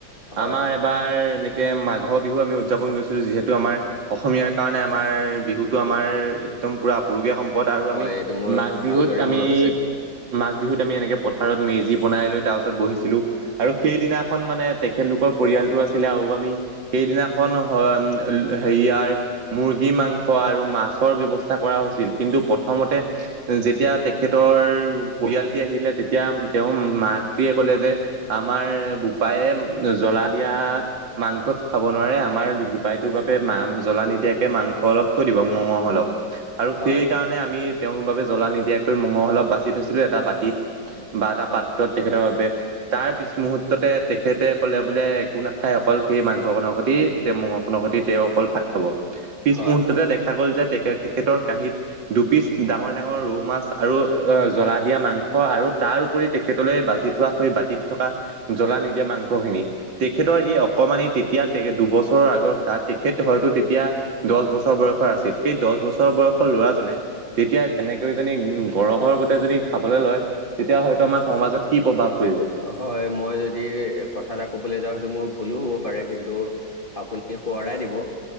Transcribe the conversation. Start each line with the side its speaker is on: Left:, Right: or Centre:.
Left: হয়।
Right: আমাৰ এবাৰ নি মাঘৰ বিহু আমি উদযাপন কৰিছিলো যিহেতু আমাৰ অসমীয়াৰ কাৰণে আমাৰ বিহুতটো আমাৰ একদম পুৰা আপুৰুগীয়া সম্পদ আৰু
Left: হয়
Right: আমি
Left: এইটো মোৰ
Right: মাঘ বিহুত
Left: ভালদৰে
Right: আমি
Left: মনত আছে
Right: মাঘ বিহু আমি এনেকে পথাৰত মেজি বনাই লৈ তাৰ ওচৰত বহিছিলোঁ, আৰু সেইদিনাখন তেখেতলোকৰ পৰিয়াল আম সেইদিনাখন হয় হেৰিয়াৰ মূৰ্গী মাংস মাছৰ ব্যৱস্থা কৰা হৈছিল কিন্তু প্ৰথমতে যেতিয়া তেখেতৰ পৰিয়ালটি আহিলে তেতিয়া তেওঁৰ মাতৃয়ে কলে যে আমাৰ বোপায়ে জ্বলা দিয়া মাংস খাব নোৱাৰে আমাৰ বোপাইতো তোৰ বাবে মা জ্বলা নিদিয়াকৈ মাংস অলপ থৈ দিব মঙহ অলপ। আৰু
Left: হয়
Right: সেই কাৰণে আমি তেওঁৰ বাবে জ্বলা নিদিয়াকৈ মঙহ অলপ বাচি থৈছিলো এটা বাতিত। বা এটা পাত্ৰ
Left: অ'।
Right: তেখেতৰ বাবে। তাৰ পিছ মুহুৰ্ততে তেখেতে কলে বোলে একো নাখায় অকল সেই মাংসখনৰ সৈতে তে ম আপ সতি তেওঁ অকল ভাত খাব পিছ
Left: হয়
Right: মুহুৰৰ্ততে দেখা গ'ল যে তেখেতৰ কাঁহত দুপিচ ডাঙৰ ডাঙৰ ৰৌ মাছ আৰু জ্বলা দিয়া মাংস আৰু তাৰ উপৰি তেখেতলৈ বাচি থোৱা সেই বাতিত থকা জ্বলা নিদিয়া মাংসখিনি তেখেতৰ এই অকমানি তেতিয়া তে দুবছৰৰ আগৰ কথা তেখেত হয়তো তেতিয়া দহ বছৰ বয়সৰ আছিল সেই দহ বছৰ বয়সৰ ল'ৰাজনে তেতিয়া তেনেকৈ যী উ গৰহৰ গতে যদি খাবলৈ লয় তেতিয়া হয়তো আমাৰ সমাজত কি প্ৰভাৱ পৰিব
Left: হয় মই যদি কথা এটা ক'ব কবলৈ যাও সেইটো মোৰ ভুলো হ'ব পাৰে কিন্তু আপোনি সোৱঁৰাই দিব